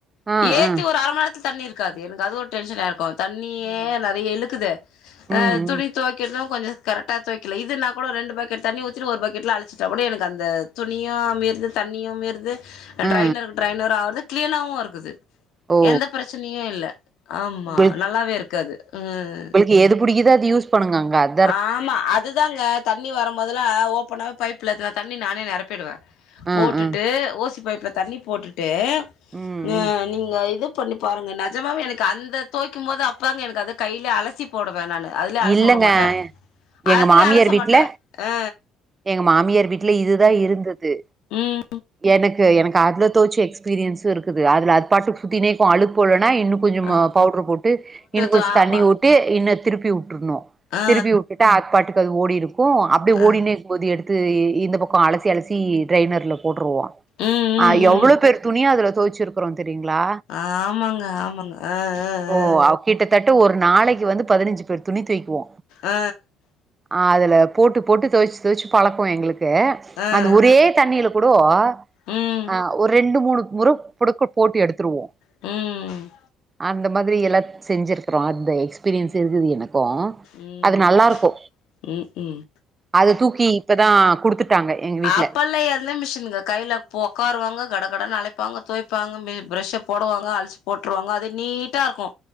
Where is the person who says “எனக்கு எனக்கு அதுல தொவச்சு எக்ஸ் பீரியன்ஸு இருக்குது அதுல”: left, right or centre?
Right